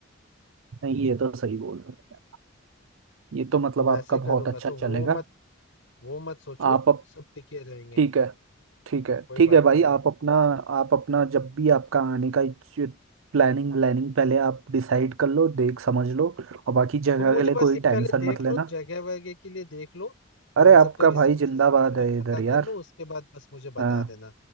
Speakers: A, on the right (about 75°); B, on the left (about 75°).
A: नहीं, ये तो सही बोल रहे हैं ये तो मतलब
B: तो वैसे
A: आपका बहुत
B: करूंगा
A: अच्छा
B: तो
A: चलेगा
B: वो मत वो मत सोचो
A: आप
B: सब टिके रहेंगे
A: ठीक है ठीक है
B: कोई
A: ठीक
B: बात
A: है भाई
B: नहीं है
A: आप अपना आप अपना जब भी आपका आने का प्लानिंग व्लानिंग पहले आप डिसाइड कर लो देख समझ लो और बाकी जगह
B: तुम मुझे
A: के लिए
B: बस
A: कोई
B: ये
A: टेंशन
B: पहले देख
A: मत लेना
B: लो जगह वगैरह के लिए देख लो और
A: अरे
B: इन सब
A: आपका
B: का रिसोर्सेज
A: भाई जिंदाबाद
B: के बारे में
A: है
B: पता
A: इधर
B: कर
A: यार
B: लो उसके बाद बस मुझे
A: हाँ
B: बता देना